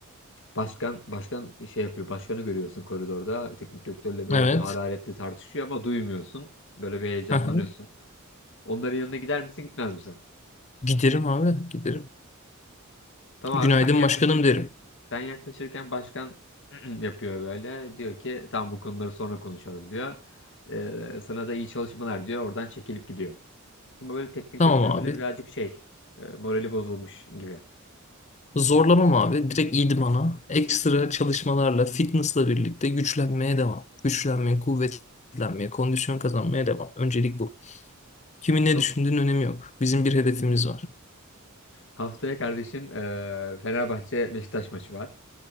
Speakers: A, on the left; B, on the left.
A: Başkan başkan şey yapıyor. Başkanı görüyorsun koridorda. Teknik direktörle böyle
B: Evet.
A: bir hararetli tartışıyor ama duymuyorsun. Böyle bir heyecanlanıyorsun.
B: Aha.
A: Onların yanına gider misin, gitmez misin?
B: Giderim abi. Giderim.
A: Tamam
B: Günaydın
A: abi sen yaklaşık
B: başkanım derim.
A: Sen yaklaşırken başkan <clears throat> yapıyor böyle. Diyor ki tamam bu konuları sonra konuşalım diyor. Ee, sana da iyi çalışmalar diyor. Oradan çekilip gidiyor. Ama böyle teknik
B: Tamam
A: direktör
B: abi.
A: böyle birazcık şey e, morali bozulmuş gibi.
B: Zorlamam abi. Direkt idmana. Ekstra çalışmalarla, fitnessla birlikte güçlenmeye devam. Güçlenmeye, kuvvetlenmeye, kondisyon kazanmaya devam. Öncelik bu. Kimin ne
A: Tamam.
B: düşündüğünün önemi yok. Bizim bir hedefimiz var.
A: Haftaya kardeşim e, Fenerbahçe Beşiktaş maçı var.